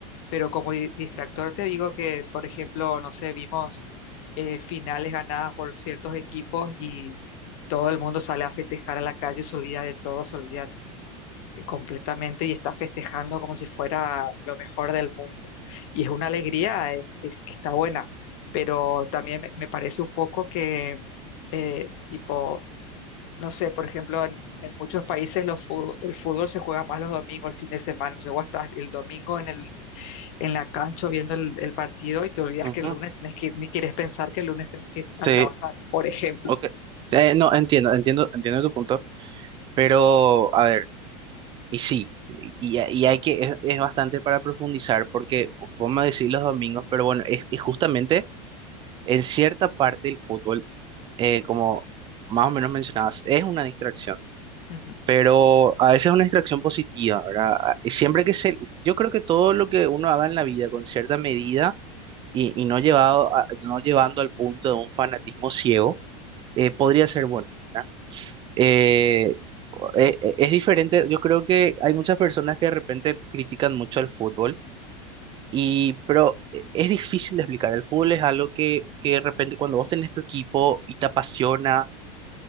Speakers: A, on the left; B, on the right.
A: pero como di- distractor te digo que, por ejemplo, no sé, vimos eh, finales ganadas por ciertos equipos y todo el mundo sale a festejar a la calle, se olvida de todo, se olvida completamente y está festejando como si fuera lo mejor del mundo. Y es una alegría eh, es que está buena, pero también me, me parece un poco que, eh, tipo, no sé, por ejemplo, en, en muchos países los fu- el fútbol se juega más los domingos, el fin de semana. O sea, vos estás el domingo en, el, en la cancha viendo el, el partido y te olvidas
B: Ujú.
A: que el lunes tenés que ir, ni quieres pensar que el lunes tenés que ir
B: Sí,
A: a trabajar, por ejemplo.
B: ok. Eh, no, entiendo, entiendo, entiendo tu punto. Pero, a ver, y sí, y, y hay que, es, es bastante para profundizar porque vo- vos me decís los domingos, pero bueno, es, es justamente en cierta parte el fútbol, eh, como más o menos mencionabas, es una distracción
A: Ujú.
B: Pero a veces es una distracción positiva, ¿verdad? A- Siempre que se, yo creo que todo lo que uno haga en la vida con cierta medida y, y no llevado a- no llevando al punto de un fanatismo ciego, eh, podría ser bueno, ¿verdad? Eh, e- e- es diferente, yo creo que hay muchas personas que de repente critican mucho al fútbol, y, pero e- es difícil de explicar. El fútbol es algo que, que de repente cuando vos tenés tu equipo y te apasiona,